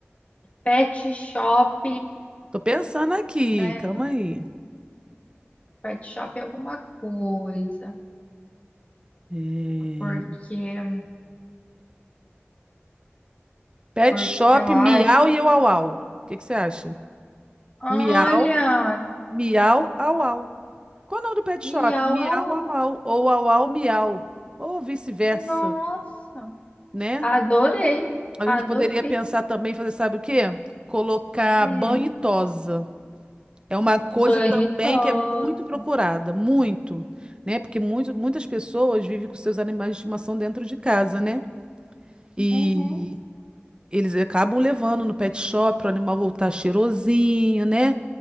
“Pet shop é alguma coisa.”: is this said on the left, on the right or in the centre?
Left